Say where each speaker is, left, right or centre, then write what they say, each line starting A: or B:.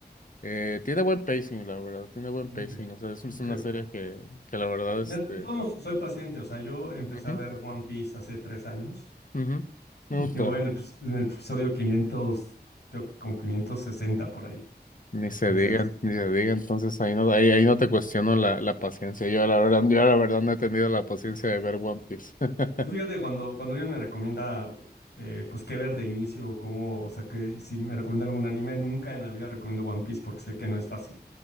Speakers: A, on the left; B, on the left.
A: eh, tiene buen pacing, la verdad, tiene buen pacing.
B: Ok,
A: O sea, es es
B: ok,
A: una
B: ok.
A: serie que, que la verdad,
B: De
A: este...
B: de todos modos, soy paciente, o sea, yo empecé
A: ujú,
B: a ver One Piece hace tres años.
A: ujú, me gusta.
B: Y voy en el, epis- en el episodio 500 creo, como 560 por ahí.
A: Ni se
B: Entonces...
A: digan, ni se diga. Entonces ahí no, ahí, ahí no te cuestiono la, la paciencia. Yo la verdad, yo la verdad no he tenido la paciencia de ver One Piece. <laughs>
B: Fíjate, cuando, cuando alguien me recomienda, eh, pues, qué ver de inicio, o cómo, o sea, que si me recomienda algún anime, nunca en la vida recomiendo One Piece porque sé que no es fácil.